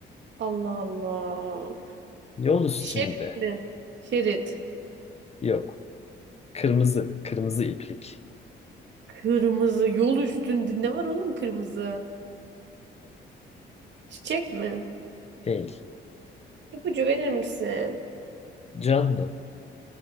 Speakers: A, on the right; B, on the left.
A: Allah Allah.
B: Yol üstünde.
A: Şerit mi? Şerit.
B: Yok. Kırmızı, kırmızı iplik.
A: Kırmızı. Yol üstünde ne var oğlum kırmızı? Çiçek mi?
B: Değil.
A: İpucu verir misin?
B: Canlı.